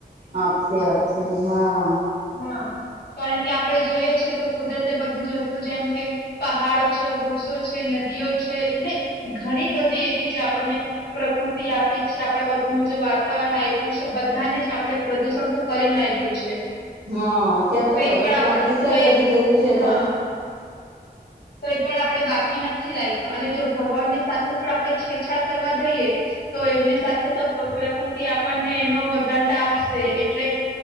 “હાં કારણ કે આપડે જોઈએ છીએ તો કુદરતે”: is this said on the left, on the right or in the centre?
Left